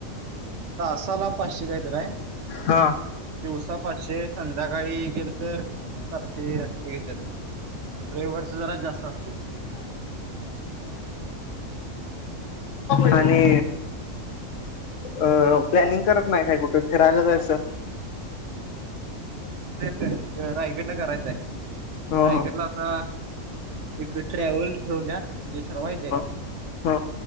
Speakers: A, on the right; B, on the left.
A: तासाला पाशे कायतरय.
B: हा
A: दिवसा पाचशे संध्याकाळी गेलो. तर सातशे आठशे घेतात रविवारच जरा जास्त असतय.
B: आणि अ प्लॅनिंग करत नाही काय कुठे फिरायला जायचं.
A: तेेत रायगडला करायचंय.
B: ह
A: रायकडला आता एक ट्रॅव्हल ठेव द्या म्हणजे ठरवायचंय.
B: हा